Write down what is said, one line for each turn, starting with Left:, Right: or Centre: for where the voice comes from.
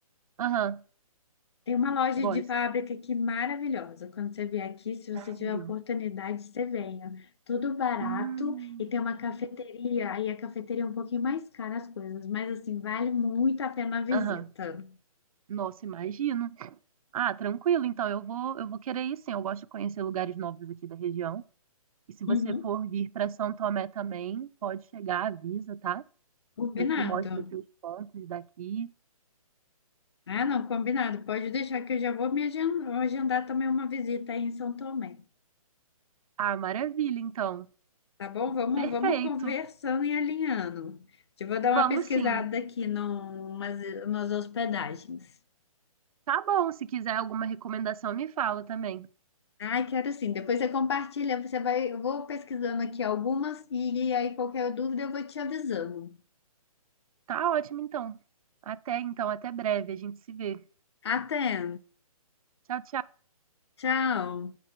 Right: Aham,
Left: Tem uma loja
Right: gosto.
Left: de fábrica aqui maravilhosa. Quando você vier aqui, se
Right: Sério.
Left: você tiver oportunidade, você venha. Tudo barato
Right: Hum,
Left: e tem uma cafeteria. Aí a cafeteria é um pouquinho mais cara as coisas, mas assim, vale muito a pena a visita.
Right: Aham. Nossa, imagino. Ah, tranquilo. Então, eu vou, eu vou querer ir sim. Eu gosto de conhecer lugares novos aqui da região. E se você
Left: Uhum.
Right: for vir para São Tomé também, pode chegar, avisa, tá?
Left: Combinado.
Right: Eu te mostro aqui os pontos daqui.
Left: Ah, não, combinado. Pode deixar que eu já vou me agen- agendar também uma visita aí em São Tomé.
Right: Ah, maravilha, então.
Left: Tá bom? Vamos,
Right: Perfeito.
Left: vamos conversando e alinhando. Eu vou dar
Right: Vamos
Left: uma pesquisada
Right: sim.
Left: aqui numas, umas umas hospedagens.
Right: Tá bom. Se quiser alguma recomendação, me fala também.
Left: Ai, quero sim. Depois você compartilha, você vai, eu vou pesquisando aqui algumas e aí qualquer dúvida eu vou te avisando.
Right: Tá ótimo, então. Até então, até breve. A gente se vê.
Left: Até.
Right: Tchau, tchau.
Left: Tchau.